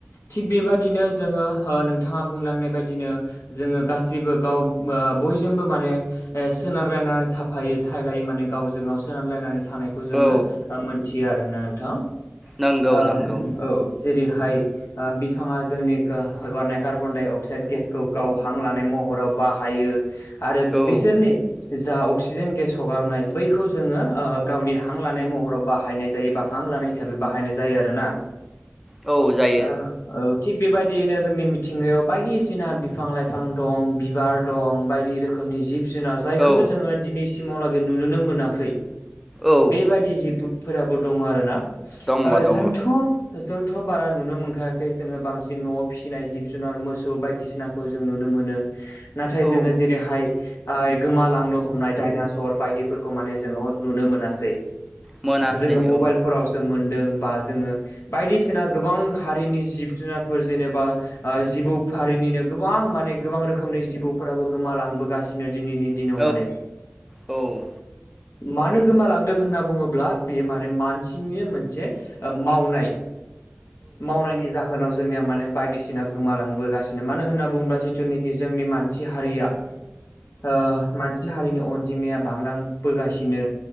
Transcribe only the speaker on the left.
थिग बेबादिनो जोङो ओ नोंथाङा बुंलांनाय बायदिनो जोङो गासिबो गाव ओ बयजोंबो माने ओ सोनारलायनानै थाफायो थायलायो माने गावजों गाव सोनारलायनानै थानाय खौ जोङो
ओ मोनथियो आरोना नोंथां।
ओ
औ जेरैहाय ओ बिफाङा जोंनि खो हगारनाय कार्बन डाइ अक्साइद गेसखौ गाव हां लानाय महराव बाहायो आरो
बिसोरनि जा अक्सिजेन गेस हगारनाय बैखौ जोङो ओ गावनि हां लानाय महराव बाहायनाय जायोबा हां लानाय हिसाबै बाहायनाय जायो आरो ना
ओ औ थिग बेबादियैनो जोंनि मिथिंगायाव बायदिसिना बिफां-लाइफां दं बिबार दं बायदि रोखोमनि जिब जुनार जायखौ
जोङो दिनै सिमावलागै नुनोनो मोनाखै
बेबायदि जिथु फोराबो दङ' आरोना
ओ
जोंथ' जों थ' बारा नुनो मोनखायाखै जोङो बांसिन न'आव फिसिनाय जिब-जुनार मोसौ बायदिसिनाखौ जों नुनो मोनो नाथाय
जोङो जेरैहाय आइ गोमालांनो हमनाय दाइना सर बायदिफोरखौ मान जो नुनो मोनासै
जोङो मबाइल
फोराव सो मोनदों बा जोङो बायदिसिना गोबां हारिनि जिब जुनारफोर जेनेबा ओ जिबौ फारिनिनो गोबां माने गोबां रोखोमनि जिबौफोराबो गोमालांबोगासिनो दिनैनि दिनाव
माने
मानो गोमालांदों होनना बुङोब्ला बियो माने मानसिनि मोनसे मावनाय मावनायनि जाहोनाव जोंनिया माने बायदिसिना गोमालांबोगासिनो मानो होनना बुंबा जिथुनिखि जोंनि मानसि हारिया <inaudible> ओ मानसि हारिनि अनजिमाया बांलां बोगासिनो